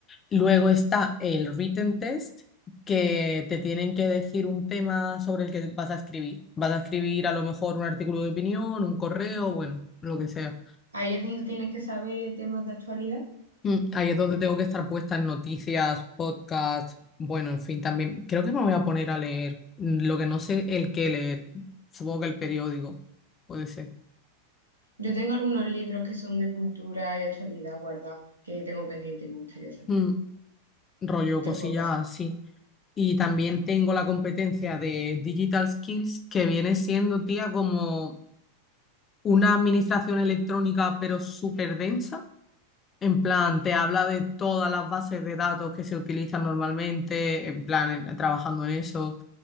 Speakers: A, on the left; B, on the right.
A: Luego está el written test, que te tienen que decir un tema sobre el que vas a escribir. Vas a escribir a lo mejor un artículo de opinión, un correo, bueno, lo que sea.
B: Ahí es donde tienes que saber temas de actualidad.
A: Mm, Ahí es donde tengo que estar puesta en noticias, podcasts, bueno, en fin, también creo que me voy a poner a leer mm, lo que no sé el qué leer. Supongo que el periódico, puede ser.
B: Yo tengo algunos libros que son de cultura y actualidad guardados, que tengo pendiente y me gustaría hacer.
A: Mm, rollo
B: Te
A: cosillas
B: los puedo pasar.
A: así. Y también tengo la competencia de Digital Skills, que viene siendo, tía, como una administración electrónica pero súper densa. En plan, te habla de todas las bases de datos que se utilizan normalmente, en plan, en- trabajando en eso,